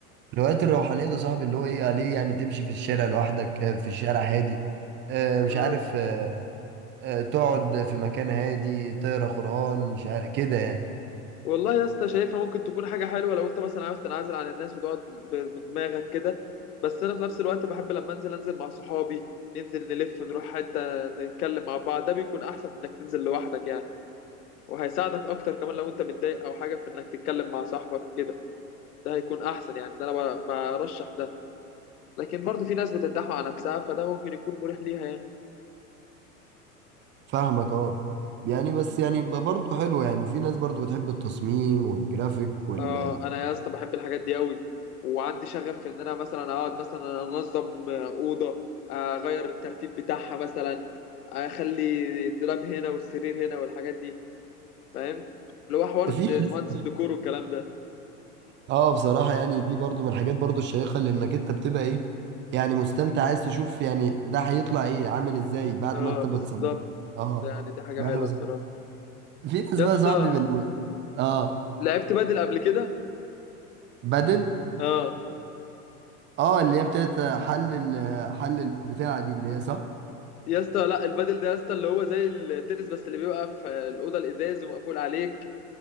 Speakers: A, on the right (about 25°); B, on the left (about 70°).
A: الهوايات الروحانية ده صاحبي اللي هو ايه عليه يعني تمشي في الشارع لوحدك آه، في الشارع هادي آه، مش
B: آه.
A: عارف آه، آه، تقعد في مكان هادي تقرا قرآن مش عارف كده يعني
B: والله يا اسطى شايفها ممكن تكون حاجه حلوه لو انت مثلا عاوز تنعزل عن الناس وتقعد ب- بدماغك كده بس انا في نفس الوقت بحب لما انزل انزل مع صحابي ننزل نلف نروح حته نتكلم مع بعض ده بيكون احسن من انك تنزل لوحدك يعني وهيساعدك اكتر كمان لو انت متضايق او حاجه في انك تتكلم مع صاحبك كده ده هيكون احسن يعني ده انا ب- برشح ده لكن برضو في ناس بترتاح مع نفسها فده ممكن يكون مريح ليها يعني
A: فاهمك اه يعني بس يعني ب- برضه حلو يعني وفي ناس برضه بتحب التصميم والجرافيك وال
B: اه انا يا اسطى بحب الحاجات دي قوي وعندي شغف في ان انا مثلا اقعد مثلا انظم آه، اوضه آه، اغير الترتيب بتاعها مثلا اخلي الدولاب هنا والسرير هنا والحاجات دي فاهم اللي هو حوار
A: <laughs> في
B: د-
A: ناس
B: مهندس الديكور والكلام ده
A: اه بصراحة يعني دي برضه من الحاجات برضه الشيقة لانك انت بتبقى ايه يعني مستمتع عايز تشوف يعني ده هيطلع ايه عامل ازاي بعد
B: اه
A: ما انت بتصمم
B: بالظبط
A: اه
B: يعني دي حاجه
A: ما-
B: حلوه
A: أنا بص-
B: بصراحه
A: في ناس
B: يا
A: بقى
B: اسطى
A: صاحبي من اه
B: لعبت بدل قبل كده
A: بدل
B: اه
A: اه اللي هي بتاعت حل ال حل البتاعة دي اللي هي صح؟
B: يا اسطى لا البادل ده يا اسطى اللي هو زي التنس بس اللي بيبقى في الاوضه الازاز ومقفول عليك